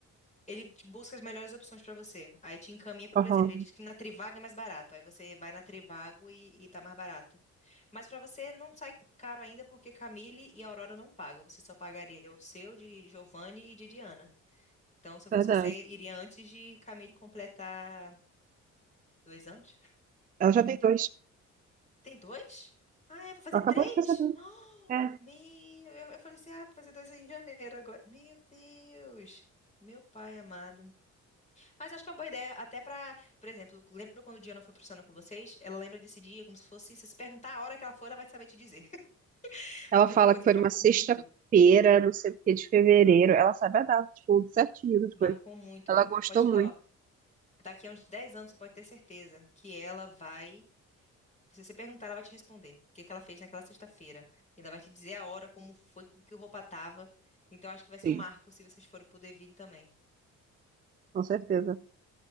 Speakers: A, on the left; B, on the right.
A: Ele te busca as melhores opções para você. Aí te encaminha, por
B: Aham,
A: exemplo, ele diz que na Trivago é mais barato. Aí você vai na Trivago e, e tá mais barato. Mas para você não sai caro ainda porque Camille e Aurora não pagam. Você só pagaria o seu, de Giovanni e de Diana. Então, se eu fosse
B: verdade.
A: você, iria antes de Camille completar dois anos.
B: Ela já tem dois.
A: Tem dois? Ah, é, vou fazer
B: Ela acabou
A: três.
B: de fazer dois.
A: <gasps>
B: É.
A: Oh, meu, eu, eu falei assim, ah, vou fazer dois em janeiro agora. Meu Deus, meu pai amado. Mas acho que é uma boa ideia, até pra, por exemplo, lembra quando Diana foi pro Sana com vocês? Ela lembra desse dia como se fosse, se você perguntar a hora que ela for, ela vai saber te dizer. <laughs>
B: Ela
A: Porque
B: fala
A: foi uma coisa
B: que foi
A: que marcou
B: numa sexta-feira,
A: muito,
B: não sei o que, de fevereiro. Ela sabe a data, tipo, certinho das
A: marcou
B: coisas.
A: muito.
B: Ela gostou
A: Pode,
B: muito,
A: ó, daqui a uns 10 anos você pode ter certeza que ela vai Se você perguntar, ela vai te responder o que que ela fez naquela sexta-feira. E ela vai te dizer a hora, como foi, com que roupa tava. Então, acho que vai ser
B: sim,
A: um marco se vocês forem pro Deville também.
B: com certeza.